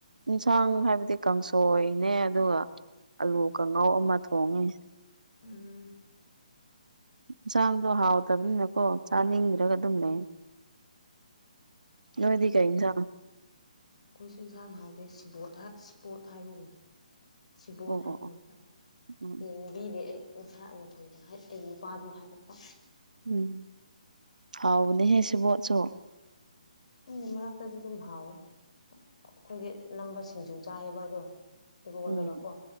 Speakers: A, on the right; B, on the left.
A: ꯌꯦꯟꯁꯥꯡ ꯍꯥꯏꯕꯗꯤ ꯀꯥꯡꯁꯣꯏꯅꯦ ꯑꯗꯨꯒ ꯑꯥꯂꯨ ꯀꯥꯡꯉꯧ ꯑꯃ ꯊꯣꯡꯉꯦ꯫
B: ꯎꯝ
A: ꯏꯟꯖꯥꯡꯗꯣ ꯍꯥꯎꯇꯕꯅꯤꯅꯀꯣ ꯆꯥꯅꯤꯡꯗ꯭ꯔꯒ ꯑꯗꯨꯝ ꯂꯩ꯫ ꯅꯣꯏꯗꯤ
B: ꯑꯩꯗꯤ
A: ꯀꯩ ꯏꯟꯁꯥꯡ?
B: ꯑꯩꯈꯣꯏꯁꯨ ꯏꯟꯁꯥꯡ ꯍꯥꯎꯗꯦ ꯁꯤꯕꯣꯠ ꯍ ꯁꯤꯕꯣꯠ ꯍꯥꯏꯕꯒꯨꯝ ꯁꯤꯕꯣꯠ
A: ꯑꯣ
B: ꯍꯥꯏꯕꯒꯨꯝ
A: ꯑꯣ ꯑꯣ
B: ꯇꯥꯏ꯫
A: ꯎꯝ
B: ꯌꯦꯡꯕꯤꯗꯦ ꯑꯩ ꯉꯁꯥꯏ ꯑꯃꯊꯣꯏꯅ ꯍꯥꯏ ꯑꯩꯒꯤ ꯅꯨꯄꯥꯗꯨꯅ ꯍꯥꯏꯔꯛꯄ꯫
A: ꯎꯝ ꯍꯥꯎꯕꯅꯦꯍꯦ ꯁꯤꯕꯣꯠꯁꯨ꯫
B: <unintelligible> ꯃꯔꯛꯇꯗꯤ ꯑꯗꯨꯝ ꯍꯥꯎꯋꯦ ꯑꯩꯈꯣꯏꯒꯤ ꯑꯅꯝꯕ ꯁꯤꯡꯖꯨ ꯆꯥꯏꯌꯦꯕ ꯑꯗꯣ꯫ ꯏꯔꯣꯜꯂꯒ
A: ꯎꯝ
B: ꯀꯣ